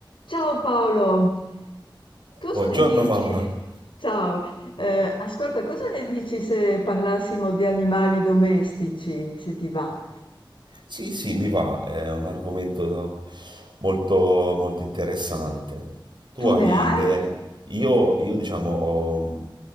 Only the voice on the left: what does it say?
Ciao Paolo, cosa
ne dici?
Ciao, eh, ascolta, cosa ne dici se parlassimo di animali domestici, se ti va?
Tu
ne hai?